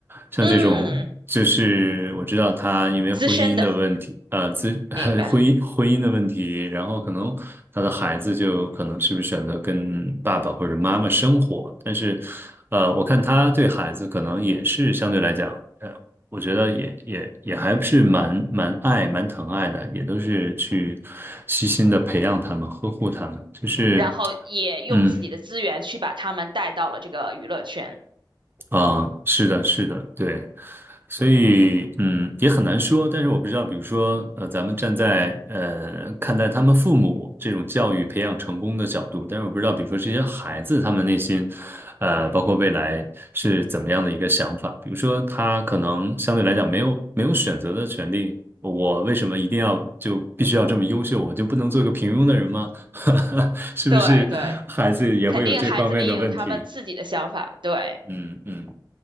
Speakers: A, on the right; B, on the right.
A: 像这种，
B: 嗯，
A: 就是我知道她因为婚姻的问题，
B: 资深的，
A: 呃，自 <laughs>
B: 明白。
A: 婚姻婚姻的问题，然后可能她的孩子就可能是不是选择跟爸爸或者妈妈生活，但是，呃，我看她对孩子可能也是相对来讲。呃我觉得也也也还是蛮蛮爱蛮疼爱的，也都是去悉心的培养他们，呵护他们。就是，
B: 然后也用自己的资源去把他们带到了这个娱乐圈。
A: 嗯。嗯，是的，是的，对，所以嗯，也很难说。但是我不知道，比如说，呃，咱们站在呃看待他们父母这种教育培养成功的角度，但是我不知道，比如说这些孩子他们内心，呃，包括未来是怎么样的一个想法。比如说，他可能相对来讲没有没有选择的权利，我为什么一定要就必须要这么优秀？我就不能做个平庸的人吗？<laughs> 是不是孩子也会有这方面的问题？
B: 对对。肯定孩子们也有他们自己的想法，对，
A: 嗯嗯。